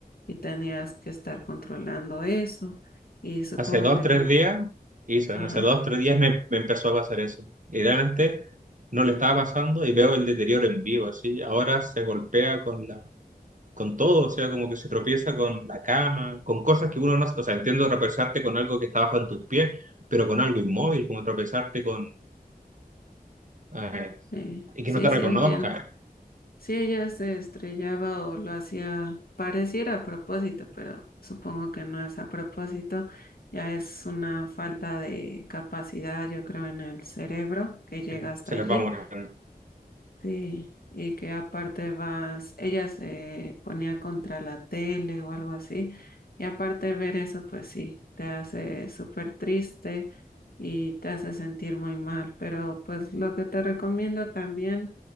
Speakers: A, on the left; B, on the right.
A: y tenías que estar controlando eso y supongo
B: Hace dos,
A: que
B: tres
A: tú,
B: días, hizo,
A: ajá.
B: ¿no? hace dos, tres días me, me empezó a pasar eso. Y realmente no le estaba pasando y veo el deterioro en vivo, así. Ahora se golpea con la, con todo, o sea, como que se tropieza con la cama, con cosas que uno no, o sea, entiendo tropezarte con algo que está bajo en tus pies, pero con algo inmóvil, como tropezarte con, eh,
A: Sí,
B: y
A: sí,
B: que no te
A: sí
B: reconozca,
A: entiendo. Sí, ella se estrellaba o lo hacía, pareciera a propósito, pero supongo que no es a propósito. Ya es una falta de capacidad, yo creo, en el cerebro que llega
B: eh,
A: hasta
B: se
A: allí.
B: les va muriendo.
A: Sí, y que aparte vas, ella se ponía contra la tele o algo así, y aparte de ver eso, pues sí, te hace súper triste y te hace sentir muy mal, pero pues lo que te recomiendo también